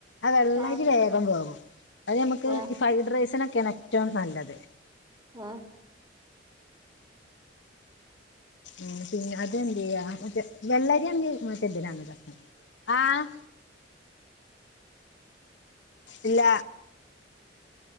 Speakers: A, on the left; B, on the right.
A: അ വെള്ളരി
B: ആഹ്
A: വേഗം വേവും അത് നമ്മക്ക്
B: ആഹ്
A: ഈ ഫ്രൈഡ് റൈസിനൊക്കെണ് ഏറ്റോം നല്ലത്
B: ആഹ്
A: ഉം പിന്നെ അത് എന്ത്യ്യാ മറ്റേ വെള്ളരിങ്കിൽ മറ്റെതിനാണ്ഇട ആഹ് ഇല്ല